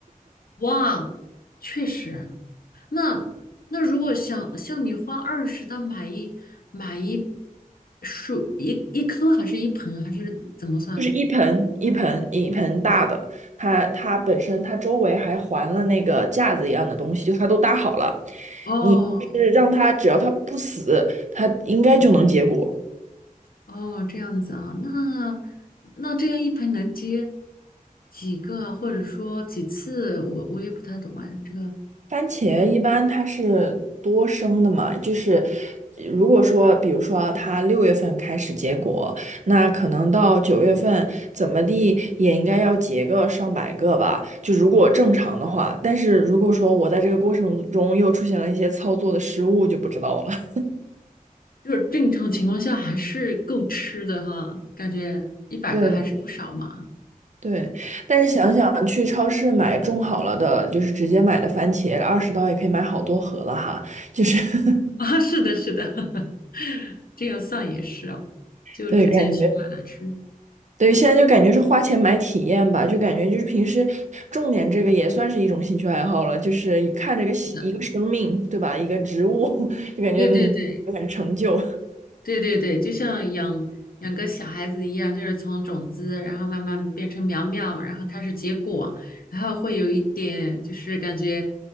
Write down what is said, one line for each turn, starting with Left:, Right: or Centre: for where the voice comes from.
Left: 哇，确实。那那如果想像你花二十的买一买一树一一颗还是一盆还是怎么算？
Right: 就是一盆一盆一盆大的，它它本身它周围还环了那个架子一样的东西，就它都搭好了。
Left: 哦，
Right: 你就是让它只要它不死，它应该就能结果。
Left: 哦，这样子啊，那那这样一盆能接几个，或者说几次，我我也不太懂哎。这个
Right: 番茄一般它是多生的嘛，就是如果说，比如说它六月份开始结果，那可能到九月份怎么地也应该要结个上百个吧，就如果正常的话。但是如果说我在这个过程中又出现了一些操作的失误，就不知道了。<laughs>
Left: 就是正常情况下还是够吃的哈，感觉一百个还是不少嘛。
Right: 对对，但是想想去超市买种好了的，就是直接买的番茄，二十刀也可以买好多盒了哈，就是 <laughs>
Left: <laughs> 啊，是的，是的，<laughs> 这样算也是哦，就直接去买来吃。
Right: 对，感觉。对，现在就感觉是花钱买体验吧，就感觉就是平时重点这个也算是一种兴趣爱好了，就是一看这个喜一个生命，
Left: 是的，
Right: 对吧？一个植物，<laughs> 就感觉嗯很成就。
Left: 对对对，对对对，就像养养个小孩子一样，就是从种子，然后慢慢变成苗苗，然后开始结果，然后会有一点就是感觉，